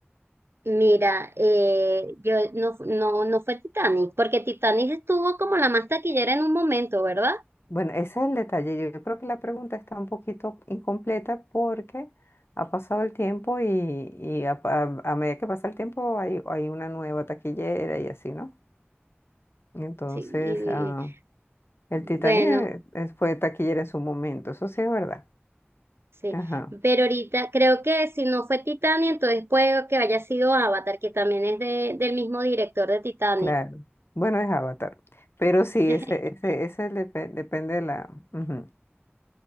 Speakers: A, on the right; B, on the left.
A: Mira, eh, yo no, fu- no, no fue Titanic, porque Titanic estuvo como la más taquillera en un momento, ¿verdad?
B: Bueno, ese es el detalle. Yo, yo creo que la pregunta está un poquito incompleta porque ha pasado el tiempo y, y a, a- a medida que pasa el tiempo hay, hay una nueva taquillera y así, ¿no? Entonces,
A: Sí, y-
B: ah, el
A: bueno,
B: Titanic eh, es- fue taquillera en su momento, eso sí es verdad.
A: sí.
B: Ajá,
A: Pero ahorita creo que si no fue Titanic, entonces puede que haya sido Avatar, que también es de, del mismo director de Titanic.
B: claro. Bueno, es Avatar. Pero sí,
A: <laughs>
B: ese, ese, ese depe- depende de la. ujú,